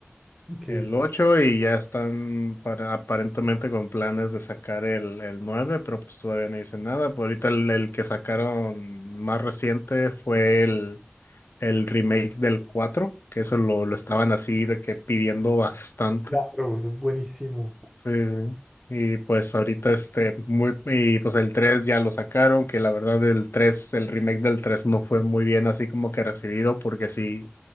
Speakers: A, in the centre; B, on the left (about 60°).
A: Ok,
B: el ocho y ya están para, aparentemente con planes de sacar el, el nueve pero pues todavía no dicen nada. Por ahorita el, el que sacaron más reciente fue el, el remake del 4 que eso lo, lo estaban así de que pidiendo bastante.
A: claro, eso es buenísimo.
B: Sí, sí. sí. Y pues ahorita este, muy, y pues el 3 ya lo sacaron, que la verdad el tres el remake del 3 no fue muy bien así como que recibido porque sí